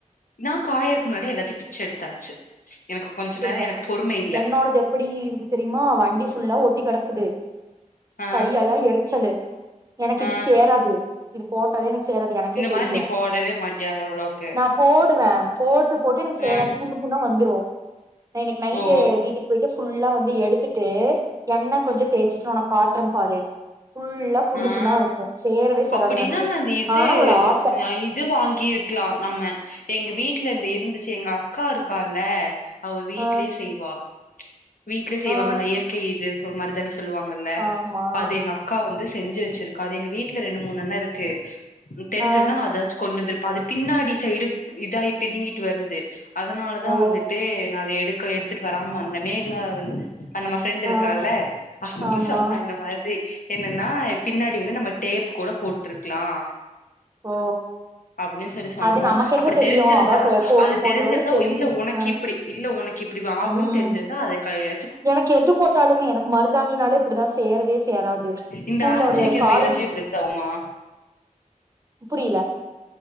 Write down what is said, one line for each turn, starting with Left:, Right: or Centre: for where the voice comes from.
Left: நா காயறக் முன்னாடியே எல்லாத்தையு பிச்சு எடுத்தாச்சு எனக்கு கொஞ்ச
Right: சூப்பர்
Left: நேரோ எனக்கு பொறுமை இல்ல
Right: என்னோடது எப்படி இருக்கு தெரியுமா வண்டி ஃபுல்லா ஒட்டி கெடக்குது
Left: ஆ
Right: கையல்லா எரிச்சலு எனக்கு
Left: ஆ
Right: இது சேராது இது போட்டாலே எனக் சேறாது எனக்கே
Left: இந்த
Right: தெரியு
Left: மாரி நீ போடவே மாட்டியா எவ்ளோக்கு
Right: நா போடுவே போட்டு போட்டு எனக்கு
Left: ஆ
Right: சேராது புண்ணு புண்ணா வந்துரு நா இன்னைக்கு நைட்டு
Left: ஓ
Right: வீட்டுக் போயிட்டு ஃபுல்லா வந்து எடுத்துட்டு எண்ண கொஞ்ச தேச்சிட்டு ஒனக் காட்றம் பாரு ஃபுல்லா புண்ணு
Left: அஹ்
Right: புண்ணா இருக்கு சேரவே சேராது
Left: அப்படின்னா
Right: எனக்கு
Left: நாந்த இது
Right: ஆனா ஒரு ஆச
Left: அ இது வாங்கிருக்கலா நம்ம எங்க வீட் லந்து இருந்துச்சு எங்க அக்கா இருக்கால அவ வீட்லயே
Right: ஆ
Left: செய்வா வீட்ல செய்வாங்க
Right: ஆ
Left: அந்த இயற்கை இது சோ மருதானிஷ் சொல்லுவாங்கல்ல
Right: ஆமா
Left: அது எங்க அக்கா வந் து செஞ்சு வச்சிருக்கா அது எங்க வீட்ல ரெண்டு மூணு அண்ணருக்கு ம் தெரிஞ்சிர்ந்தா
Right: ஆ
Left: நா அதாச்சு கொண்டந்துர் ப்ப அது பின்னாடி சைடு இதாய் பிதிங்கிட்டு வருது அதுனாலதா
Right: ஓ
Left: வந்துட்டு நா அத எடுக் க எடுத்துட் வராம இர்ந்த மேகலா வந்து அந் நம்ம ஃப்ரெண்ட்டுருக்கால்ல
Right: ஆ
Left: அவந்து
Right: ஆமா
Left: சொன்னா இந்த மாத்ரி நின்னா பின்னாடி வந்து நம்ம டேப் கூட போட்ருக்லா
Right: ஓ
Left: அப்டின்னு சொல்லி சொன்னா
Right: அது நமக்கு
Left: அப்படி
Right: எங்க தெரியு
Left: தெரிஞ்சிருந்தா
Right: அவ கோன்
Left: அது
Right: போடுறவளுக்கு
Left: தெரிஞ்சிருந்தா
Right: தெரிஞ்சிருக்கு
Left: உ இல்ல உனக்கிப்பிடி
Right: ஆ
Left: இல்ல உனக்கு இப்டி ஆகுன்
Right: ம்
Left: தெரிஞ்சிருந்தா அது கைய
Right: எனக்கு எது போட்டாலுமே எனக்கு மருதாணினாலே இப்படி சேரவே சேராது
Left: இந்த
Right: ஸ்கூல்ல
Left: அரச்சு
Right: ஒரு
Left: வைக்கிற
Right: காலேஜ்,
Left: மயிலாஞ்சி இப்டித்தா ஆகுமா
Right: புரில